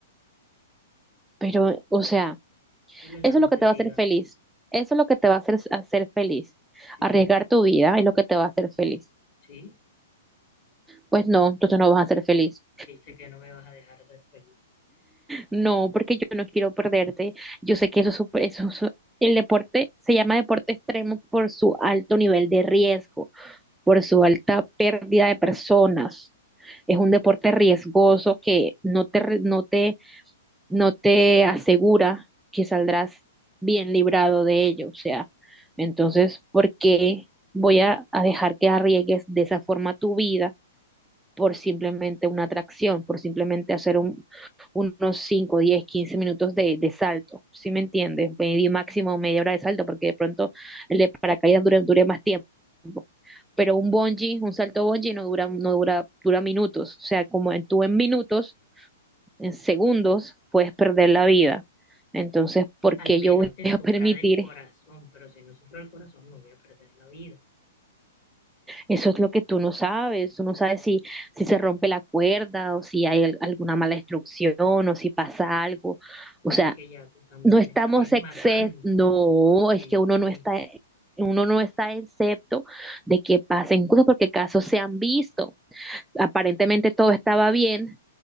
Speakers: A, in the centre; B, on the left.
A: Pero, o sea,
B: ¿cuál es
A: eso
B: la necesidad?
A: es lo que te va a hacer feliz. Eso es lo que te va a hacer, hacer feliz.
B: Sí,
A: Arriesgar tu vida es lo que te va a hacer feliz.
B: sí,
A: Pues no, tú no vas a ser feliz.
B: viste que no me vas a dejar ser feliz.
A: No, porque yo no quiero perderte. Yo sé que eso es súper- eso, es- el deporte se llama deporte extremo por su alto nivel de riesgo, por su alta pérdida de personas. Es un deporte riesgoso que no te, re- no te, no te asegura que saldrás bien librado de ello. O sea, entonces, ¿por qué voy a, a dejar que arriesgues de esa forma tu vida? por simplemente una atracción, por simplemente hacer un, unos 5, 10, 15 minutos de, de salto, ¿sí me entiendes? Medio máximo media hora de salto, porque de pronto el de paracaídas dure, dure más tiempo. Pero un bungee, un salto bungee no dura, no dura, dura minutos. O sea, como en, tú en minutos, en segundos, puedes perder la vida. Entonces, ¿por
B: Al
A: qué
B: menos
A: yo voy
B: que sufra
A: a <laughs> permitir
B: del corazón, pero si no sufro del corazón no voy a perder la vida.
A: Eso es lo que tú no sabes, tú no sabes si, si se rompe la cuerda o si hay al- alguna mala instrucción o si pasa algo. O
B: Pero
A: sea,
B: es que ya tú también
A: no estamos
B: me estás es
A: excepto,
B: matando.
A: no,
B: Sí,
A: es que uno no está, uno no está excepto de que pasen cosas porque casos se han visto. Aparentemente todo estaba bien,